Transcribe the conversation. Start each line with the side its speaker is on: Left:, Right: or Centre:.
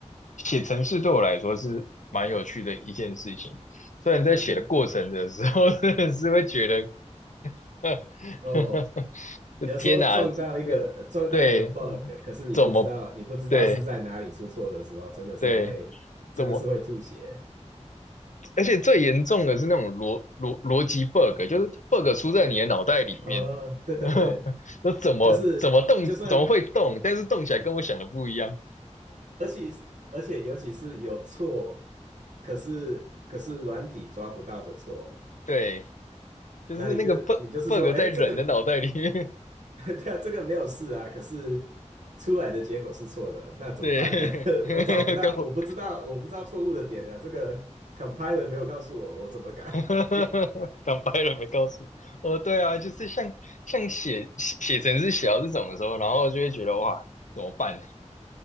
Left: 写程式对我来说是蛮有趣的一件事情，虽然在写的过程的时候，
Right: 嗯，
Left: <laughs> 真的是会觉得，<laughs> 呵
Right: 哦，
Left: 呵呵，
Right: 有时候撞到一个撞到一个
Left: 天哪，这对，
Right: bug，
Left: 嗯怎么
Right: 可是你不知道你不知道是在哪里出错的时候，
Left: 对？
Right: 真的是会真的是会吐血。
Left: 对，怎么？而且最严重的是那种逻逻逻辑 bug，就是 bug 出在你的脑袋里面，
Right: 呃，对对对，
Left: <laughs> 那怎么怎么动，
Right: 就是就算，
Left: 怎么会动，但是动起来跟我想的不一样。
Right: 而且是而且尤其是有错，可是可是软体抓不到的错，
Left: 对，就是那个
Right: 那你就你就是说，
Left: bug bug
Right: 哎，
Left: 在人的脑袋里面。
Right: 这个 <laughs> 对啊，这个没有事啊，可是出来的结果是错的，
Left: <laughs>
Right: 那怎么办呢？
Left: 对，
Right: <laughs>
Left: <laughs>
Right: 我找不到，
Left: 跟我
Right: 我不知道，我不知道错误的点啊，这个 compiler 没有告诉我，我怎么改？
Left: <laughs>
Right: <laughs>
Left: 讲白了没告诉我。呃，对啊，就是像像写写写程式写到这种的时候，然后就会觉得哇，怎么办？